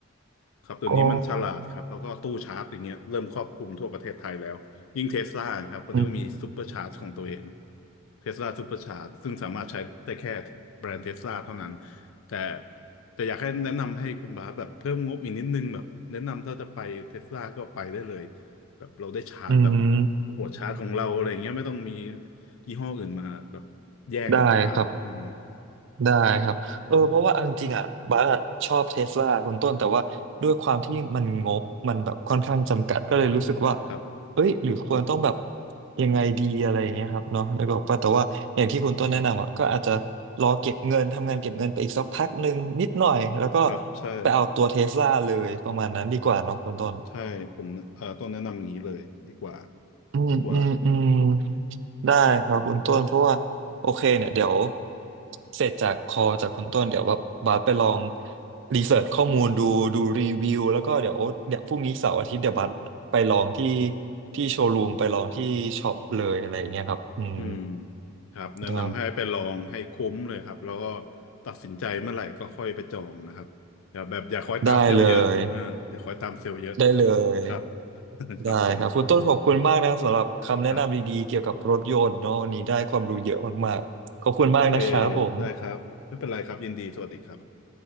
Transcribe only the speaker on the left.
ครับตัวนี้มันฉลาดครับแล้วก็ตู้ชาร์จอย่างเงี้ยเริ่มครอบคลุมทั่วประเทศไทยแล้วยิ่งเทสลาครับมันจะมีซูเปอร์ชาร์จของตัวเอง
เทสลาซูเปอร์ชาร์จซึ่งสามารถใช้ได้แค่แบรนด์เทสลาเท่านั้นแต่แต่อยากให้แนะนำให้คุณบาสแบบเพิ่มงบอีกนิดนึงแบบแนะนำถ้าจะไปเทสลาก็ไปได้เลยแบบเราได้ชาร์จแบบ
หัวชาร์จของเราอะไรเงี้ยไม่ต้องมียี่ห้ออื่นมาแบบแย่งกันชาร์จอืม
ครับ
ครับใช่
ใช่ผมเอ่อต้องแนะนำอย่างนี้เลยดีกว่า
ดีกว่า
อืม
อืมครับแนะนำให้ไปลองให้คุ้มเลยครับแล้วก็
ตัดสินใจเมื่อไหร่ก็ค่อยไปจองนะครับอย่าแบบอย่าคอยตามเซลล์เยอะอ่าอย่าคอยตามเซลล์เยอะ
ครับ <laughs> ครับผม
ครับโอเคได้ครับไม่เป็นไรครับยินดีสวัสดีครับ